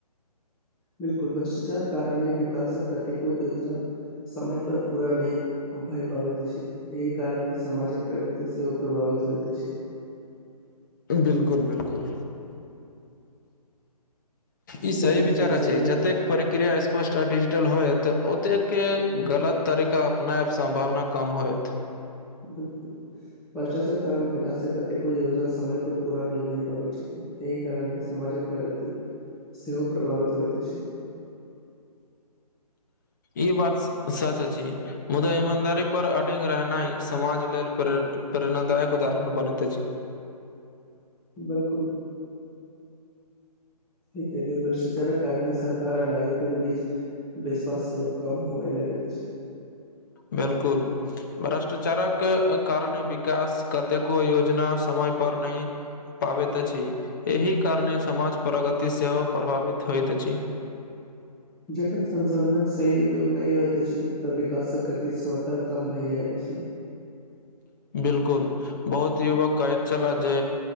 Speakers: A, in the centre; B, on the left.
A: बिलकुल भ्रष्टाचार कारणे विकासक कतेको योजना समय पर पूरा नहि भय पाबैत अछि एहि कारणे समामाजक प्रगति सेहो प्रभावित होइत अछि।
B: बिलकुल बिलकुल ई
A: जखन
B: सही विचार
A: संसाधनक
B: अछि जतेक प्रक्रिया स्पष्ट आ डिजिटल होयत ओतेके गलत तरीका अपनायब सम्भावना कम होयत।
A: बिलकुल भ्रष्टाचार कारण विकासक कतेको योजना समय पर पूरा नहि भए पाबैत छथि। एहि कारे सामाजक प्रगति सेहो प्रभावित होइत अछि।
B: ई बात सच अछि। मुदा ईमानदारी पर अडिग रहनाए समाज लेल प्र प्रेरणादायक उदाहरण बनैत अछि।
A: बिलकुल भ्रष्टाचारक कारण सरकार आ नागरिक‌ कऽ बीच विश्वास सेहो कम होबै लगैत अछि।
B: बिलकुल भ्रष्टाचारक कारणे विकास कतेको योजना समय पर नहि पाबैत अछि एहि कारणे समाज प्रगति सेहो प्रभावित होइत अछि।
A: जखन संसाधनक सही उपयोग नहि होइत अछि तऽ विकासक गति स्वतः कम भए जाइत अछि।
B: बिलकुल बहुत युवक कहैत छैला जे